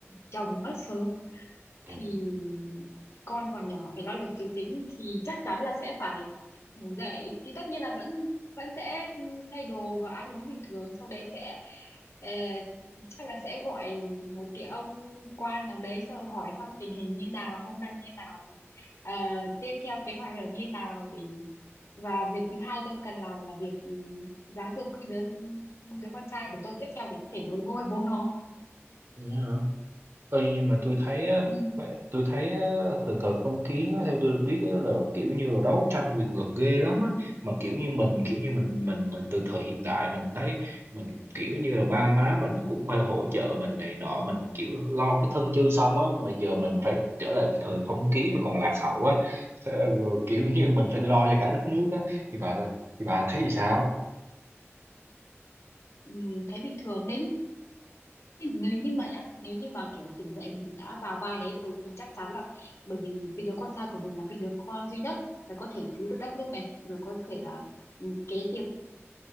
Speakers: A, on the left; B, on the right.
A: chồng mất sớm
B: à,
A: thì con còn nhỏ phải lo lực triều chính thì chắc chắn là sẽ phải ngủ dậy thì tất nhiên là vẫn vẫn sẽ thay đồ và ăn uống bình thường sau đấy sẽ ờ, chắc là sẽ gọi một cái ông quan nào đấy sau hỏi thăm tình hình như nào hôm nay như nào rồi ờ, tiếp theo kế hoạch là như nào để và việc thứ hai tôi cần làm là việc ừ, giáo dục cái đứa đứa con trai của tôi tiếp theo để có thể nối ngôi bố nó
B: thế hả? Ê, nhưng mà tôi thấy á,
A: ừ.
B: tôi thấy á, thời thời phong kiến á, theo tôi được biết á, là kiểu như là đấu tranh quyền lực ghê lắm á mà kiểu như mình kiểu như mình mình mình từ thời hiện đại mình thấy mình kiểu như là ba má mình cũng phải hỗ trợ mình này nọ mình kiểu lo cái thân chưa xong á mà giờ mình phải trở lại thời phong kiến mà còn lạc hậu á Thế rồi kiểu như mình phải lo cho cả đất nước á thì bà thì bà thấy thì sao?
A: Ừ, thấy bình thường nếu nếu như mà nhá nếu như mà kiểu tỉnh dậy mình đã vào vai đấy rồi thì chắc chắn là bởi vì cái đứa con trai của mình là cái đứa con duy nhất là có thể cứu được đất nước này rồi có thể là ừ, kế tiếp